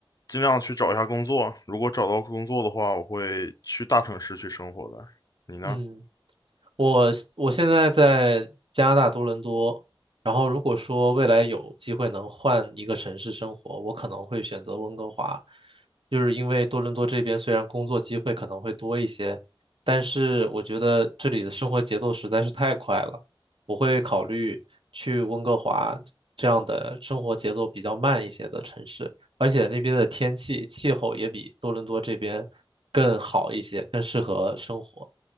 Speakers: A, on the left; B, on the right.
A: 尽量去找一下工作。如果找到工作的话，我会去大城市去生活的。你呢？
B: 嗯。我我现在在加拿大多伦多，然后如果说未来有机会能换一个城市生活，我可能会选择温哥华，就是因为多伦多这边虽然工作机会可能会多一些，但是我觉得这里的生活节奏实在是太快了，我会考虑去温哥华这样的生活节奏比较慢一些的城市，而且那边的天气气候也比多伦多这边更好一些，更适合生活。